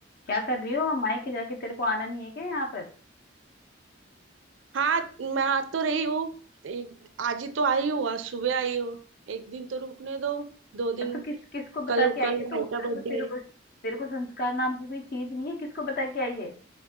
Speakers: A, on the left; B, on the right.
A: क्या कर रही हो मायके जाके तेरे को आना नहीं है क्या यहाँ पर
B: हाँ मैं आ तो रही हूँ एक- आज ही तो आई हूँ आज सुबह आई हूँ एक दिन तो रुकने दो दो दिन
A: अरे तो किस किसको बता
B: कल
A: के आई
B: कल
A: है
B: भाई
A: तू
B: का
A: तेरे
B: बर्थडे
A: को तेरे
B: है।
A: को तेरे को संस्कार नाम की कोई चीज नहीं है किसको बता के आई है